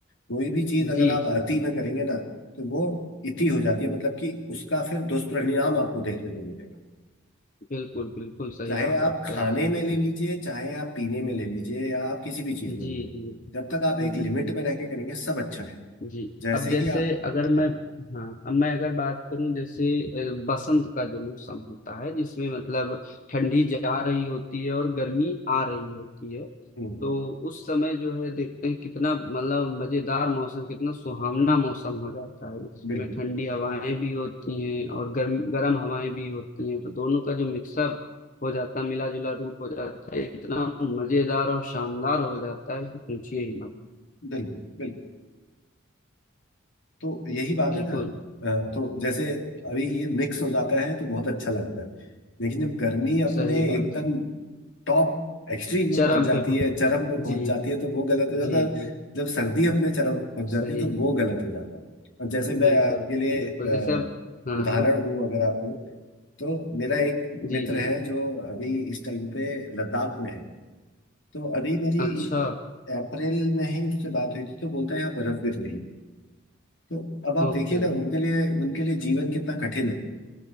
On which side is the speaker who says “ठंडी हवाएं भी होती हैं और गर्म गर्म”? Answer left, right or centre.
Left